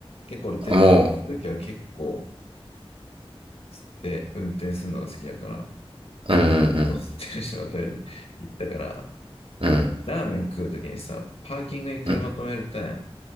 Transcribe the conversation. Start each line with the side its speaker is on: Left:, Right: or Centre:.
Left: 結構俺出てくるときは結構
Right: うん。も
Left: 吸って運転するのが好きだから、
Right: う、うん、うん、
Left: 吸ってる状態で行ったから、
Right: うん、
Left: ラーメン食うときにさ、パーキングに車止めるたやん。
Right: う